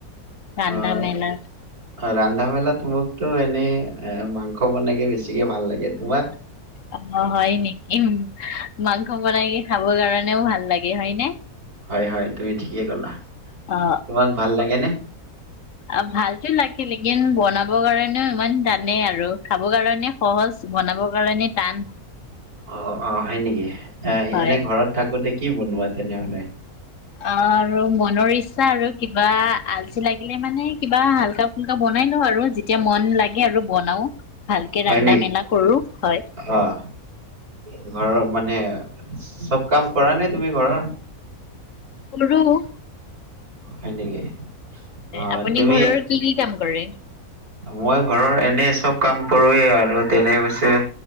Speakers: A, on the left (about 60°); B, on the right (about 75°).
A: ৰান্ধা
B: অ
A: মেলা
B: ৰান্ধা- বেলাত মোক, তটো এনে এ', মাংস বনাইকে বেছিকে ভাল লাগে তোমাক?
A: অ হয় নেকি উম মাংস বনাই খাবৰ কাৰণেও ভাল লাগে হয় নে?
B: হয়-হয় তুমি ঠিকে ক'লা,
A: অ
B: তোমাক ভাল লাগে নে?
A: অ ভালতো লাগিলে, চীকেন বনাব কাৰণেও ইমান টানেই, আৰু খাবৰ কাৰণে সহজ বনাবৰ কাৰণে টান।
B: অ অ হয় নেকি এ
A: হয়
B: এনে ঘৰত থাকোতে কি বনোৱা তেনেহলে?
A: অ আৰু মনৰ ইচ্ছা আৰু কিবা আলচি লাগিলে মানে কিবা হাল্কা-ফুল্কা বনাই লও আৰু যেতিয়া মন লাগে আৰু বনাও ভালকে
B: হয়
A: ৰান্ধা-মেলা
B: নেকি?
A: কৰো হয়।
B: অ', ঘৰৰ মানে চব কাম কৰা নে তুমি ঘৰৰ?
A: কৰোঁ,
B: হয় ', নেকি। অঁ
A: আপুনি
B: তুমি
A: ঘৰৰ কি কি কাম কৰে
B: মই ঘৰৰ এনে চব কাম কৰোৱে আৰু তেনে <unintelligible>